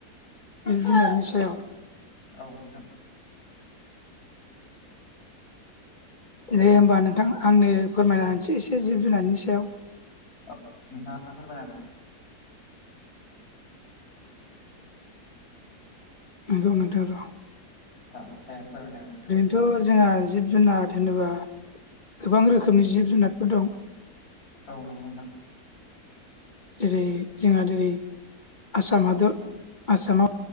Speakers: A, on the left; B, on the left.
A: इन्जिनियारनि सायाव
B: औ नोंथां
A: दे होमबा नोंथां आंनो फोरमायना होनसै एसे जिब जुनारनि सायाव
B: औ नोंथाङा फोरमायना होगोरदो
A: नंगौ नोंथां औ
B: ओ दे फोरमायना हो नोंथां
A: थ' जोंहा जिब जुनार होनोबा गोबां रोखोमनि जिब जुनारफोर दं
B: औ नंगौ नथां
A: जेरै जोंहा जेरै आसाम' आसामाव